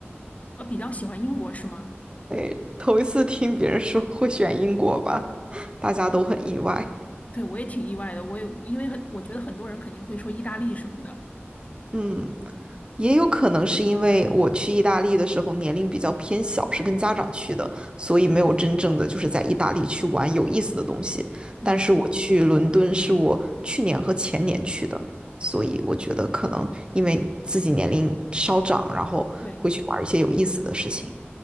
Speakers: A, on the left; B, on the right.
A: 呃，比较喜欢英国是吗？
B: <laughs> 头一次听别人说会选英国吧，大家都很意外。
A: 对，我也挺意外的。我也因为很，我觉得很多人肯定会说意大利什么的。
B: 嗯，也有可能是因为我去意大利的时候年龄比较偏小，是跟家长去的，所以没有真正的就是在意大利去玩有意思的东西。
A: 嗯，
B: 但是我去伦敦是我去年和前年去的，所以我觉得可能因为自己年龄稍长，然后会去玩一些有意思的事情。
A: 对，